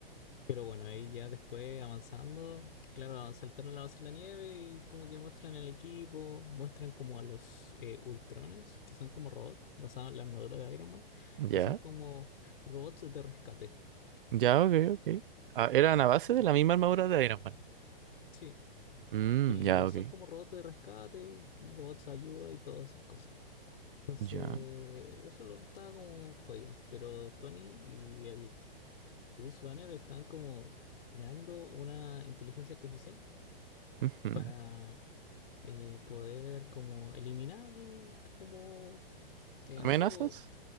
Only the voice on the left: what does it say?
Pero bueno, ahí ya después avanzando, claro, avan- saltaron la base en la nieve y como que muestran el equipo, muestran como a los eh, Ultrones, que son como robots basados en la armadura de Iron Man,
que son como robots de rescate.
Y-
Sí,
y
son como robots de rescate, robots de ayuda y todas esas cosas. Entonces,
eso lo, estaba como joya, pero Tony y el Bruce Banner están como creando una inteligencia artificial
para eh, poder como eliminar como, eh,
no sé, po,